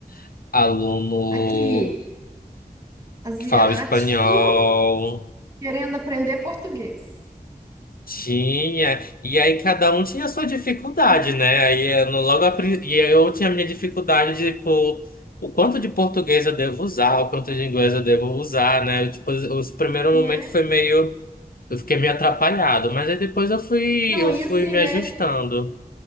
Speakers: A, on the left (about 70°); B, on the right (about 20°).
A: <laughs> aluno
B: Aqui, asiático
A: que falava espanhol.
B: querendo aprender português.
A: Tinha, e aí cada um tinha a sua dificuldade,
B: Não.
A: né? Aí eu no- logo a pri- e aí eu tinha a minha dificuldade de tipo, o quanto de português eu devo usar, o quanto de inglês eu devo usar, né? Eu, tipo, os o primeiro
B: Né?
A: momento foi meio, eu fiquei meio atrapalhado, mas aí depois eu fui,
B: Não,
A: eu
B: e
A: fui
B: assim,
A: me
B: né?
A: ajustando.